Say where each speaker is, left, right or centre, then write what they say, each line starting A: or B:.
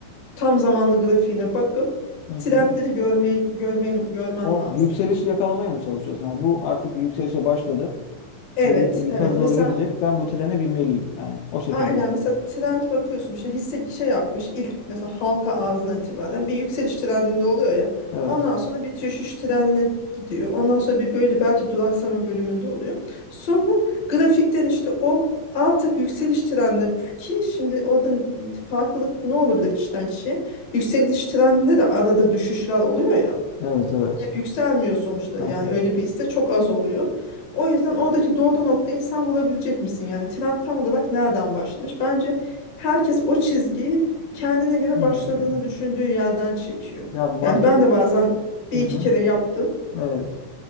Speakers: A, on the left (about 45°); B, on the left (about 80°).
A: tam zamanlı grafiğine bakıp
B: Hı
A: trendleri
B: hı.
A: görmeye görmen görmen
B: O
A: lazım.
B: yükselişi yakalamaya mı çalışıyorsun? Yani bu artık bir yükselişe başladı
A: Evet,
B: ve yuk- yukarı
A: evet.
B: doğru
A: Mesela
B: gidecek. Ben bu trene binmeliyim. Yani o şekilde.
A: Aynen mesela trend bakıyorsun işte hisse şey yapmış ilk mesela halka ağzına itibaren bir yükseliş trendinde oluyor ya
B: Evet.
A: ondan sonra bir düşüş trendine gidiyor ondan sonra bir böyle belki duraksama bölümünde oluyor sonra grafikten işte o artık yükseliş trendine ki şimdi orada farklılık ne olabilir kişiden kişiye yükseliş trendinde de arada düşüşler oluyor ya
B: Evet, evet.
A: hep yükselmiyor sonuçta
B: Hı
A: yani
B: Hı.
A: öyle bir iste çok az oluyor. O yüzden oradaki doğru noktayı sen bulabilecek misin? Yani trend tam olarak nereden başlamış? Bence herkes o çizgiyi kendine göre
B: Hmm.
A: başladığını düşündüğü yerden çekiyor.
B: Ya market
A: Yani ben de bazen bir
B: hı hı.
A: iki kere yaptım.
B: Evet.